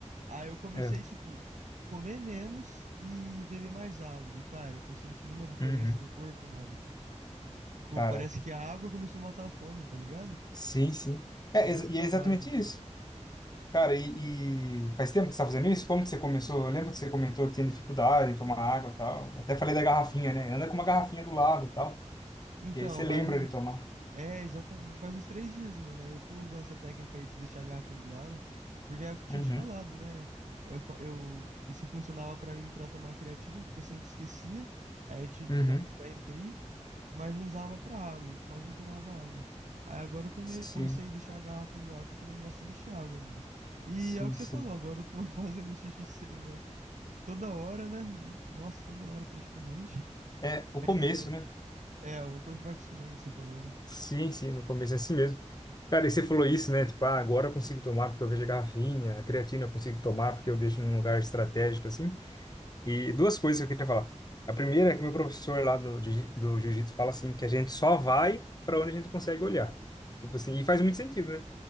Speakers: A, on the right; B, on the left.
A: Aí eu comecei,
B: É.
A: tipo, comer menos e beber mais água. E, cara, eu tô sentindo uma diferença
B: Uhum.
A: no corpo, mano. Pô,
B: Cara,
A: parece que a água começou a matar a fome, tá ligado?
B: sim, sim. É,
A: É outra
B: ex- e é exatamente
A: vibe, mano.
B: isso. Cara, e, e faz tempo que você tá fazendo isso? Como que você começou? Eu lembro que você comentou que tinha dificuldade em tomar água e tal. Até falei da garrafinha, né? Anda com uma garrafinha do lado e tal,
A: Então,
B: que aí você lembra
A: faz um.
B: de tomar.
A: É, exatamente. Faz uns três dias, mano. Aí eu tô usando essa técnica aí de deixar a garrafinha do lado. Porque é o que eu tinha
B: Uhum,
A: te falado, né? Eu, fa- eu... Isso funcionava pra mim pra tomar creatina, porque eu sempre esquecia. Aí eu tive
B: uhum.
A: que usar essa técnica aí. mas não usava pra água e quase não tomava água. Aí agora eu tomei,
B: Sim,
A: comecei a deixar a garrafa do lado, tô tomando bastante água, mano. E
B: sim,
A: é o que você
B: sim.
A: falou, agora eu tô <laughs> fazendo xixi se- uma- toda hora, né? Nossa, toda hora praticamente.
B: É, o
A: Mas
B: começo,
A: é,
B: né?
A: é, o corpo vai acostumando, você falou, né?
B: Sim, sim, no começo é assim mesmo. Cara, e você falou isso, né? Tipo, ah, agora eu consigo tomar porque eu vejo a garrafinha, a creatina eu consigo tomar porque eu deixo num lugar estratégico, assim. E duas coisas que eu queria falar. A primeira é que meu professor lá do, jiu- do jiu-jitsu fala assim, que a gente só vai para onde a gente consegue olhar. Tipo assim, e faz muito sentido, né?